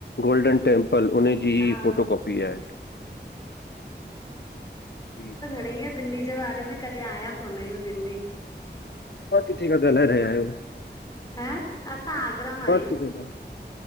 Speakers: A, on the left; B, on the left.
A: गोल्डन टेम्पल, उन्हें जी
B: हा
A: फोटो कॉपी आहे। हीउ
B: भइया, दिल्ली जे बारे में, कॾहिं आया कोन आहियूं, दिल्ली।
A: पां किथे गॾंना रया आहियूं <unintelligible>
B: हं, असां आगरा मां आहियूं।
A: किथे खां